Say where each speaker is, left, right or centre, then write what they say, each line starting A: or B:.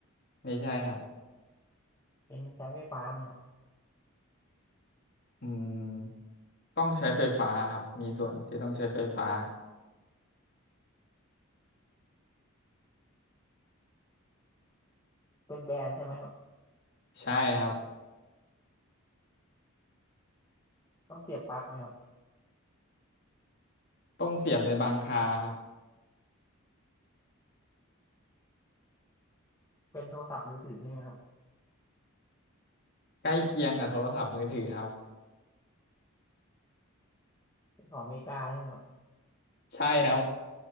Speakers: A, on the left; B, on the left.
A: ไม่ใช่ครับ
B: เป็นใช้ไฟฟ้าไหมครับ
A: อืมต้องใช้ไฟฟ้าครับมีส่วนที่ต้องใช้ไฟฟ้า
B: เป็นแบรนด์ใช่ไหมครับ
A: ใช่ครับ
B: ต้องเสียบปลั๊กไหมครับ
A: ต้องเสียบในบางคาครับ
B: เป็นโทรศัพท์มือถือใช่ไหมครับ
A: ใกล้เคียงกับโทรศัพท์มือถือครับ
B: เป็นของอเมริกาใช่ไหมครับ
A: ใช่ครับ